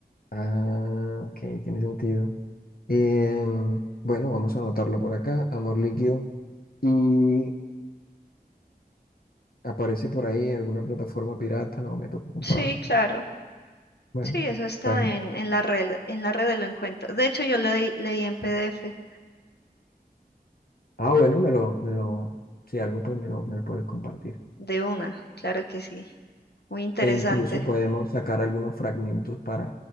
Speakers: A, on the left (about 65°); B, on the left (about 85°).
A: Ah, ok, tiene sentido. Em, bueno, vamos a anotarlo por acá, amor líquido. Y aparece por ahí en alguna plataforma pirata o me toca comprarlo.
B: Sí, claro.
A: Bueno,
B: Sí, eso está
A: está bien.
B: en, en la red, en la red de lo encuentras. De hecho, yo lo leí leí en PDF
A: Ah, bueno, me lo, me lo, si algo, pues me lo, me lo puedes compartir.
B: de una, claro que sí. Muy interesante.
A: E incluso podemos sacar algunos fragmentos para,